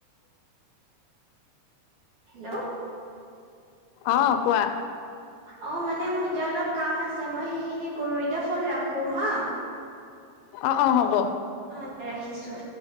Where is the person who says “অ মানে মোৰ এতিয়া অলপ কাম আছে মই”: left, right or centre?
Right